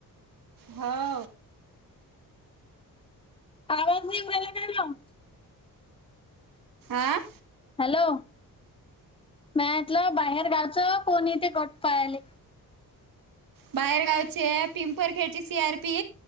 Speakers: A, on the right; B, on the left.
A: हो.
B: आवाज नाही येऊन राहिला काय मग?
A: आं.
B: हॅलो, माया इथलं बाहेर गावचं कोण येते गट पाह्याले.
A: बाहेरगावचे पिंपरखेडचे सीआरपी